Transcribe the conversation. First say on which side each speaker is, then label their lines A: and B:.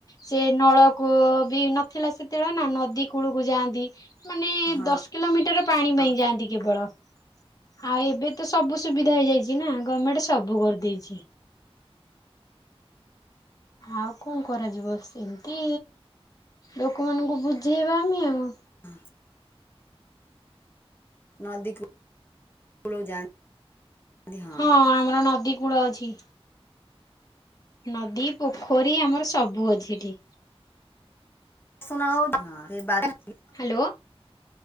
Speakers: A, on the left (about 35°); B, on the left (about 20°).
A: ସେ ନଳକୂଅ ବି ନଥିଲା ସେତେବେଳେ ନା ନଦୀ କୂଳକୁ ଯାଆନ୍ତି। ମାନେ
B: ହଁ
A: ଦଶ କିଲୋମିଟର ପାଣି
B: ହଁ
A: ପାଇଁ ଯାଆନ୍ତି କେବଳ ଆଉ ଏବେ ତ ସବୁ ସୁବିଧା ହେଇଯାଇଛି ନା ଗମେଣ୍ଟ ସବୁ କରିଦେଇଛି। ଆଉ କଣ କରାଯିବ ସେମିତି ଲୋକମାନଙ୍କୁ ବୁଝେଇବା ଆମେ ଆଉ
B: <inaudible> ନଦିକୁ <inaudible> କୁଳ କୁ ଯାନ <unintelligible>
A: ହଁ ଆମର ନଦୀ କୂଳ ଅଛି ନଦୀ ପୋଖରୀ ଆମର ସବୁ ଅଛି ଏଠି
B: <inaudible>
A: ହାଲୋ